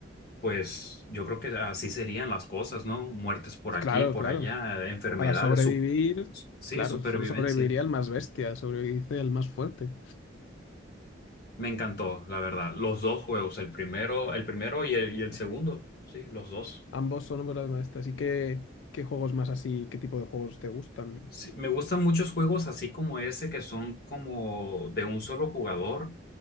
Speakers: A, on the left; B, on the left.
A: pues yo creo que así serían las cosas, ¿no? Muertes por aquí,
B: Claro,
A: por
B: claro.
A: allá, enfermedades,
B: Para sobrevivir,
A: su- sí,
B: claro,
A: supervivencia.
B: solo sobreviviría el más bestia, sobrevive el más fuerte.
A: Me encantó, la verdad. Los dos juegos, el primero, el primero y el, y el segundo.
B: Eh,
A: Sí, los dos.
B: ambos son obras maestras. ¿Y qué, qué juegos más así, qué tipo de juegos te gustan?
A: Sí, me gustan muchos juegos así como ese que son como de un solo jugador